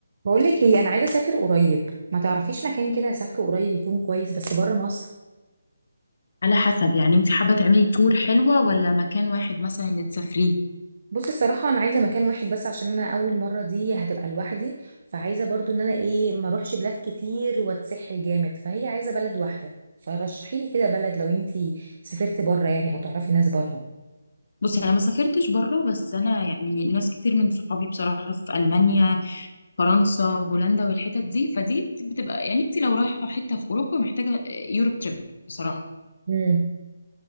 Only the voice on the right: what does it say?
بقولك ايه انا عايزه اسافر قريب ما تعرفيش مكان كده اسافره قريب يكون كويس بس بره مصر
بصي الصراحه انا عايزه مكان واحد بس عشان انا اول مره دي هتبقى لوحدي فعايزه برضو ان انا ايه ما اروحش بلاد كتير واتسحل جامد فهي عايزه بلد واحده فرشحي لي كده بلد لو انتي سافرتي بره يعني او تعرفي ناس بره
امم